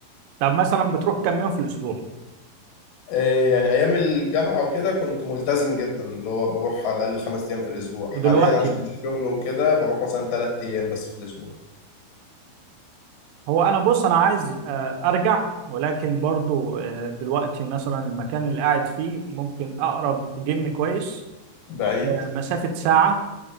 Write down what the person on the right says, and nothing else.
طب مثلا بتروح كام يوم في الاسبوع
ودلوقتي
هو انا بص انا عايز آه، ارجع ولكن برضو آه، دلوقتي مثلا المكان اللي قاعد فيه ممكن اقرب جيم كويس
آه، مسافة ساعة